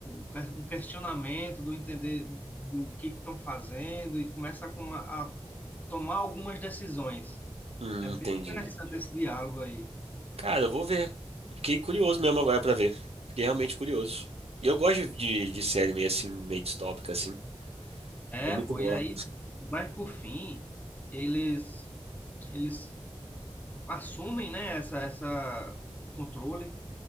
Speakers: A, on the left (about 15°); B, on the right (about 85°).
A: um, um questionamento do entender do que estão fazendo e começa a, coma- a tomar algumas decisões.
B: Hum,
A: É bem
B: entendi.
A: interessante esse diálogo aí.
B: Cara, eu vou ver. Fiquei curioso mesmo agora pra ver. Fiquei realmente curioso. E eu gosto de, de série meio assim, meio distópica, assim.
A: É,
B: É muito
A: pô,
B: boa.
A: e aí vai por fim, eles eles assumem, né, essa, essa o controle